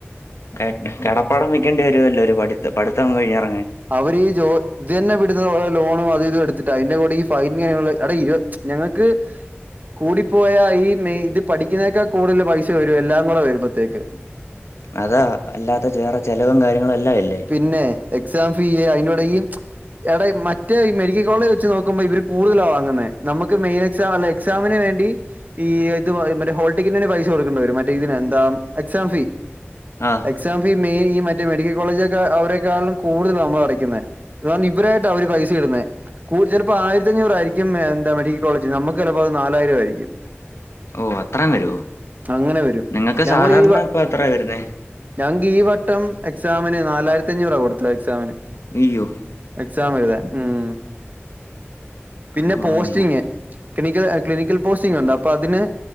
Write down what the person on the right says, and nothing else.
അവരീ ജോ ഇത് തന്നെ വിട്ടത്തെ ലോണും അത് ഇത് എടുത്തിട്ടാണ് അയിന്റെ കൂടെ ഈ ഫൈൻ <unintelligible> ഇരു ഞങ്ങക്ക് കൂടിപ്പോയാൽ ഈ മെ ഇത് പഠിക്കുന്നേക്കാ കൂടുതൽ പൈസ വരും എല്ലാം കൂടെ വരുമ്പോത്തേക്ക്
പിന്നെ എക്സാം ഫീ അയിനോടിം എടെ മറ്റേ മെഡിക്കൽ കോളേജ് വെച്ച് നോക്കുമ്പോ ഇവര് കൂടുതലാ വാങ്ങുന്നെ നമുക്ക് മെയ്ൻ എക്സാം അല്ലെ എക്സാമിന് വേണ്ടി ഈ ഇത് മറ്റേ ഹോൾടിക്കറ്റിന്ന് പൈസ കൊടുക്കേണ്ടി വരും മറ്റേ ഇതിന് എന്താ എക്സാം ഫീ
exam fee May <unintelligible> medical college ക്കെ അവരെക്കാളും കൂടുതൽ നമ്മള് അടക്കുന്നെ അത്കാരണം ഇവരായിട്ട് അവര് പൈസ ഇടുന്നെ കൂ ചെലപ്പോ ആയിരത്തഞ്ഞൂറായിരിക്കും മെ ന്താ മെഡിക്കൽ കോളേജ് നമുക്ക് ചെലപ്പോ അത് നാലായിരം ആയിരിക്കും
അങ്ങനെ വരും
ഞങ്ങളീ
വ
ഞങ്ങക്ക് ഈ വട്ടം എക്സാമിന് നാലായിരത്തി അഞ്ഞൂറാ കൊടുത്തെ എക്സാമിന്
എക്സാം എഴുതാൻ ഉം പിന്നെ
പോസ്റ്റിങ്ങ്
ക്ലിനിക്കൽ ക്ലിനിക്കൽ പോസ്റ്റിങ്ണ്ട് അപ്പ അതിന്